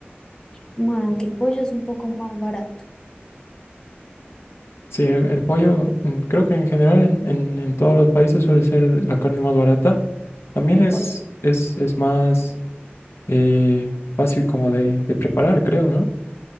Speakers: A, on the left; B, on the left.
A: Bueno, aunque el pollo es un poco más barato,
B: Sí, el, el pollo, en- creo que en general en, en en todos los países suele ser la carne más barata. También
A: el
B: es,
A: pollo.
B: es, es más eh, fácil como de, de preparar, creo, ¿no?